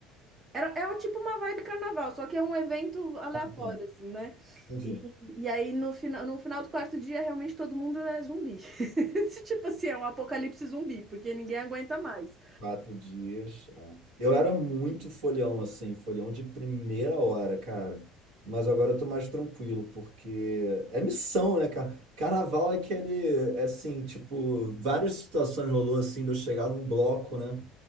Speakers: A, on the right (about 25°); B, on the right (about 60°).
A: Era, é o tipo uma vibe carnaval, só que é um evento aleatório,
B: Ah, tá.
A: assim, né?
B: Entendi.
A: E, e aí no, fina, no final do quarto dia, realmente todo mundo é zumbi. <laughs> Esse Tipo assim, é um apocalipse zumbi, porque ninguém aguenta mais.
B: Quatro dias. é. Eu era muito folhão, assim, folhão de primeira hora, cara. Mas agora eu tô mais tranquilo, porque é missão, né, cara? Carnaval é aquele, é assim, tipo, várias situações rolou assim, de eu chegar num bloco, né?